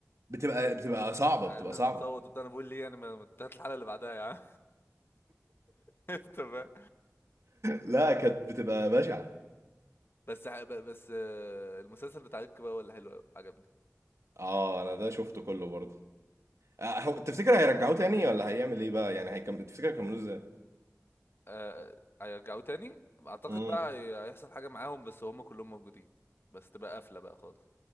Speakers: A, on the right; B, on the left.
A: بتبقى بتبقى صعبه بتبقى
B: الناس
A: صعبه
B: بتصوت وبتاع انا بقول ليه يعني ما ما انتهت الحلقة اللي بعدها يا عم <laughs> تمام
A: لا كانت بتبقى بشعه
B: بس ح- ب- بس آه، المسلسل بتاع ريك بقى ولا حلو قوي عجبني
A: اه انا ده شفته كله برضه آه، هو تفتكر هيرجعوه تاني ولا هيعمل ايه بقى يعني هيكمل تفتكر هيكملوه ازاي
B: آه، آه، هيرجعوه تاني اعتقد
A: امم
B: بقى هي- هيحصل حاجة معاهم بس هم كلهم موجودين بس تبقى قافلة بقى خالص